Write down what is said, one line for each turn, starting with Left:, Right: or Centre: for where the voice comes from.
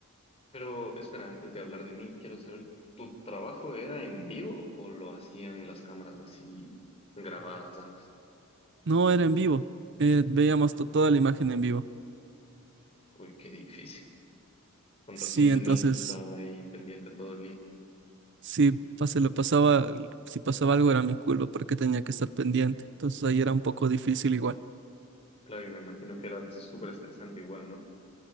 Left: pero espera, antes de hablar de mí, quiero saber, ¿tu trabajo era en vivo o lo hacían las cámaras así grabadas antes?
Right: No, era en vivo. Eh, veíamos to- toda la imagen en vivo.
Left: Uy, qué difícil. Con
Right: Sí,
Left: razón tenías
Right: entonces,
Left: que estar ahí pendiente todo el día.
Right: si pas- se lo pasaba, si pasaba algo era mi culpa porque tenía que estar pendiente. Entonces ahí era un poco difícil igual.
Left: Claro, y me imagino que era súper estresante igual, ¿no?